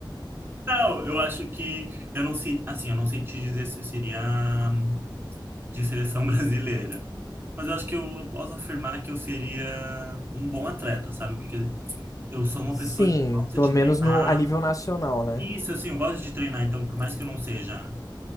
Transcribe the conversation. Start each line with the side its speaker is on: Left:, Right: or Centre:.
Right: Não, eu acho que eu não sei, assim, eu não sei te dizer se eu seria hum, de seleção <laughs> brasileira, mas eu acho que eu posso afirmar que eu seria um bom atleta, sabe? Porque eu sou uma
Left: Sim,
Right: pessoa que gosta
Left: pelo
Right: de
Left: menos
Right: treinar
Left: no, a nível nacional, né?
Right: Isso, assim, eu gosto de treinar, então, por mais que eu não seja